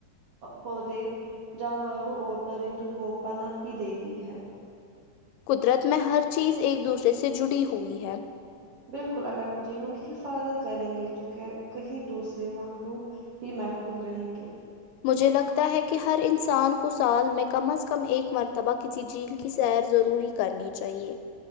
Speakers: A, on the right (about 50°); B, on the left (about 85°).
A: پودے جانوروں اور پرندوں کو پناہ بھی دیتی ہے
B: قدرت میں ہر چیز ایک دوسرے سے جڑی ہوئی ہے
A: بالکل اگر ہم جیلوں کی حفاظت کریں گے تو کہیں دوسرے مخلوب بھی محفوظ رہیں گے
B: مجھے لگتا ہے کہ ہر انسان کو سال میں کم از کم ایک مرتبہ کسی جھیل کی سیر ضروری کرنی چاہیے